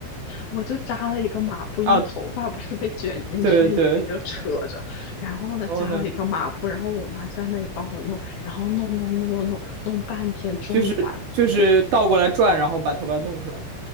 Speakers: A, on the left (about 55°); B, on the right (about 55°).
A: 我就扎了一个马步，
B: 啊，
A: 因为头发不是被卷进去，
B: 对对对，
A: 已经就扯着，然后呢扎了一个马步，
B: 然后呢，
A: 然后我妈就在那里帮我弄，然后弄弄弄弄弄弄半天，终于把
B: 就是就是倒过来转，然后把头发弄出来。